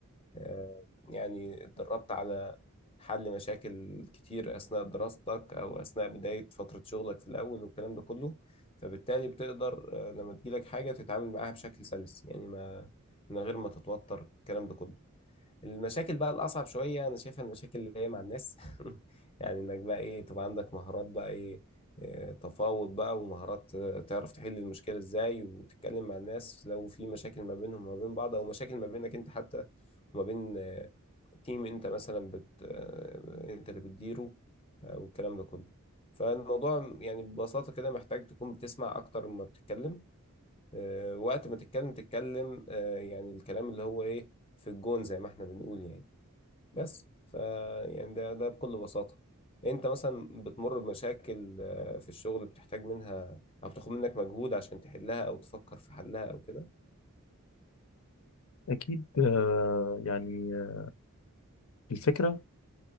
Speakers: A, on the left; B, on the left.
A: آه، يعني اتدربت على حل مشاكل كتير أثناء دراستك أو أثناء بداية فترة شغلك في الأول والكلام ده كله فبالتالي بتقدر آه، لما تجيلك حاجة تتعامل معاها بشكل سلس يعني ما من غير ما تتوتر الكلام ده كله المشاكل بقى الأصعب شوية أنا شايفها المشاكل اللي هي مع الناس <laughs> يعني إنك بقى إيه تبقى عندك مهارات بقى إيه آه، تفاوض بقى ومهارات آه، تعرف تحل المشكلة إزاي وتتكلم مع الناس لو في مشاكل ما بينهم وما بين بعض أو مشاكل ما بينك أنت حتى وما بين آه، تيم أنت مثلا بت آه، أنت اللي بتديره آه، والكلام ده كله فالموضوع يعني ببساطة كده محتاج تكون بتسمع أكتر ما بتتكلم آه، وقت ما تتكلم تتكلم آه، يعني الكلام اللي هو إيه في الجون زي ما احنا بنقول يعني بس ف يعني ده ده بكل بساطة انت مثلا بتمر بمشاكل آه، في الشغل بتحتاج منها او بتاخد منك مجهود عشان تحلها او تفكر في حلها او كده
B: أكيد آه، يعني آه، الفكرة